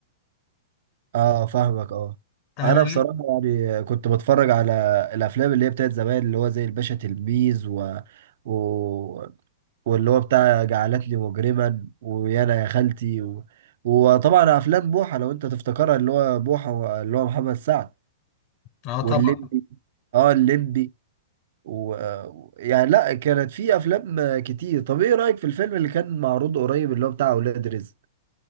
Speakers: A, on the right (about 60°); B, on the left (about 45°).
A: اه فاهمك اه
B: انا
A: انا بصراحه يعني كنت بتفرج على الافلام اللي هي بتاعت زمان اللي هو زي الباشا تلميذ و... و... واللي هو بتاع جعلتني مجرما ويانا يا خالتي و... وطبعا افلام بوحه لو انت تفتكرها اللي هو بوحه اللي هو محمد سعد
B: اه
A: واللمبي
B: طبعا
A: اه اللمبي و... يعني لا كانت في افلام كتير طب ايه رايك في الفيلم اللي كان معروض قريب اللي هو بتاع اولاد رزق